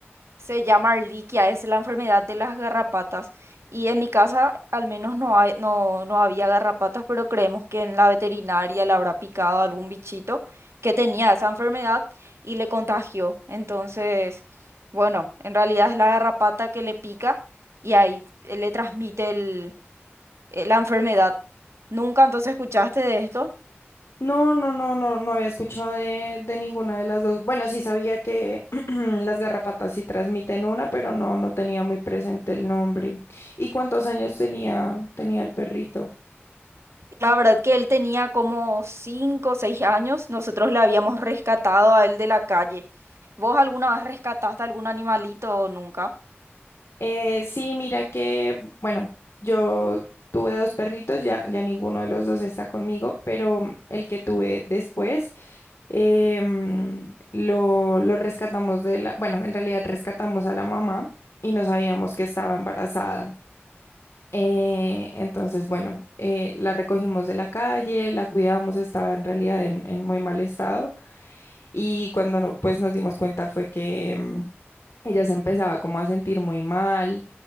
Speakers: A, on the right; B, on the left.
A: Se llama Arliquia, es la enfermedad de las garrapatas. Y en mi casa al menos no hay, no, no había garrapatas, pero creemos que en la veterinaria le habrá picado algún bichito que tenía esa enfermedad y le contagió. Entonces, bueno, en realidad es la garrapata que le pica y ahí eh, le transmite el- eh, la enfermedad. ¿Nunca entonces escuchaste de esto?
B: No, no, no, no, no había escuchado de, de ninguna de las dos. Bueno, sí sabía que <clears throat> las garrapatas sí transmiten una, pero no, no tenía muy presente el nombre. ¿Y cuántos años tenía, tenía el perrito?
A: La verdad que él tenía como 5 o 6 años, nosotros le habíamos rescatado a él de la calle. ¿Vos alguna vez rescataste algún animalito o nunca?
B: Eh, sí, mira que, bueno, yo tuve dos perritos, ya, ya ninguno de los dos está conmigo, pero el que tuve después em, lo, lo rescatamos de la, bueno, en realidad rescatamos a la mamá y no sabíamos que estaba embarazada. Eh, entonces, bueno, eh, la recogimos de la calle, la cuidábamos, estaba en realidad en, en muy mal estado y cuando no, pues nos dimos cuenta fue que em, ella se empezaba como a sentir muy mal,